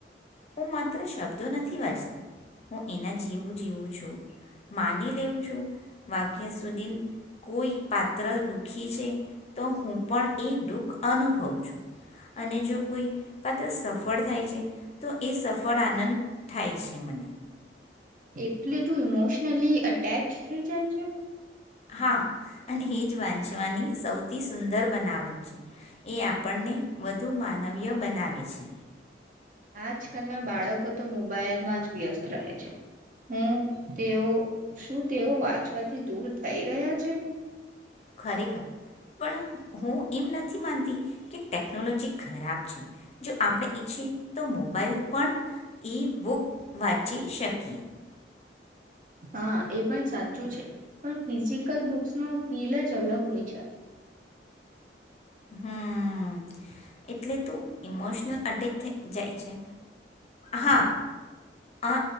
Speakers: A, on the left (about 40°); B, on the right (about 50°).
A: હું માત્ર શબ્દો નથી વાંચતી હું એના જીવું જીવું છું, માની <unintelligible> છું વાક્ય સુધીન કોઈ પાત્ર દુઃખી છે તો હું પણ એ દુઃખ અનુભવું છું, અને જો કોઈ પાત્ર સફળ થાય છે. તો એ સફળ આનંદ થાય છે, મને.
B: એટલે તું ઈમોશનલી અટેચ થઈ જાય છે.
A: હા અને એ જ વાંચવાની સૌથી સુંદર બનાવટ છે, એ આપણને વધુ માનવીય બનાવે છે.
B: આજકાલના બાળકો તો મોબાઈલમાં જ વ્યસ્ત રહે છે, હું તેઓ શું તેઓ વાંચવાથી દૂર થઈ રહ્યા છે.
A: ખરેખર પણ હું એમ નથી માનતી કે ટેકનોલોજી ખરાબ છે, જો આપણે ઈચ્છીએ તો મોબાઈલ પણ ઈ બુક વાંચી શકીએ.
B: હા એ પણ સાચું છે, પણ ફિઝિકલ બુક્સ ન ફીલ જ અલગ હોય છે.
A: હમ એટલે તું ઇમોશનલ અટેક થઈ જાય છે, હા અ